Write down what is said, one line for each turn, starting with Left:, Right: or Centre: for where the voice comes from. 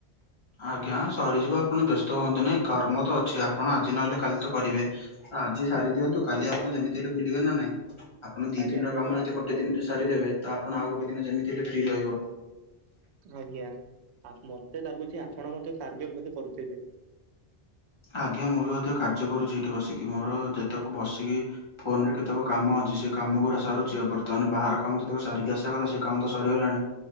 Left: ଆଜ୍ଞା ସରିଯିବ ଆପଣ ବ୍ୟସ୍ତ ହୁଅନ୍ତୁ ନାଇଁ କର୍ମ ତ ଅଛି ଆ ଆପଣ ଆଜି ନହେଲେ କାଲି ତ କରିବେ ଆଜି ସାରି ଦିଅନ୍ତୁ କାଲି ଆପଣ ଯେମିତି ହେଲେ ବୁଲିବେ ନା ନାଇଁ? ଆପଣ ଦି
Right: ଆଜ୍ଞା
Left: ଦିନର
Right: ମୁଁ
Left: କାମ ଯଦି ଗୋଟେ ଦିନିରେ ସାରିଦେବେ ତ ଆପଣ ଆଉ ଗୋଟେ ଦିନ ଯେମିତି ହେଲେ ଫ୍ରି ରହିବ।
Right: ଆଜ୍ଞା ଆ ମତେ ଲାଗୁଚି ଆପଣ ମଧ୍ୟ କାର୍ଯ୍ୟ ମଧ୍ୟ କରୁଥିବେ?
Left: ଆଜ୍ଞା ମୁଁ ବି ମଧ୍ୟ କାର୍ଯ୍ୟ କରୁଚି ଏଠି ବସିକି ମୋର ଯେତେକ ବସିକି ଫୋନରେ କେତକ କାମ ଅଛି ସେ କାମ ସାରୁଚି ଆଉ ବର୍ତ୍ତମାନ ବାହାର କାମ ଯେତେବେଳେ ସାରିକି ଆସିବା କଥା ସେ କାମ ତ ସରିଗଲାଣି।